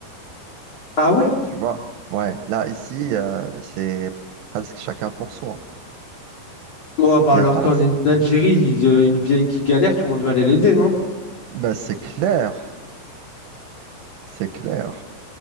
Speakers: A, on the left; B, on the right.
A: Ah ouais?
B: Tu vois? Ouais. Là, ici, euh, c'est presque chacun pour soi.
A: Ouais, bah
B: Il
A: alors
B: n'y a pas.
A: qu'on est en Algérie, il y a une vieille qui galère, tout le monde va aller l'aider, non?
B: Ben, c'est clair. C'est clair.